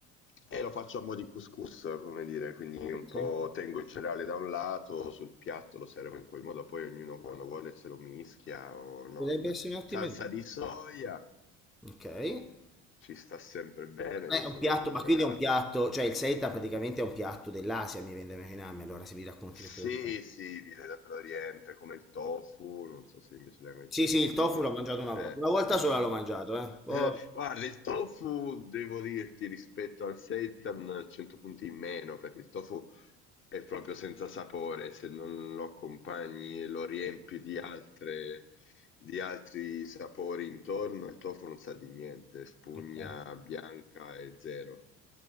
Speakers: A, on the left; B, in the centre.
A: E lo faccio a mo' di couscous, come dire, quindi un
B: Sì.
A: po' tengo il cereale da un lato, sul piatto lo servo in quel modo, poi ognuno quando vuole se lo mischia o non.
B: Potrebbe essere un'ottima
A: Salsa
B: idea.
A: di soia,
B: Ok. Eh,
A: ci sta sempre bene,
B: È
A: io sono
B: un piatto,
A: un
B: ma
A: drogato.
B: quindi è un piatto, cioè il seitan praticamente è un piatto dell'Asia, mi viene da immaginarmi, allora se mi racconti
A: Sì,
B: questo che fa.
A: sì, viene dall'Oriente come il tofu, non so se invece l'hai mai
B: Sì,
A: sentito.
B: sì, il tofu l'ho mangiato una
A: Eh.
B: volta. Una volta sola l'ho mangiato, eh. Poi-
A: Eh, guarda, il tofu, devo dirti, rispetto al seitan, 100 punti in meno, perché il tofu è proprio senza sapore, se non lo accompagni e lo riempi di altre, di altri sapori intorno, il tofu non sa di niente, spugna
B: Ok.
A: bianca e zero.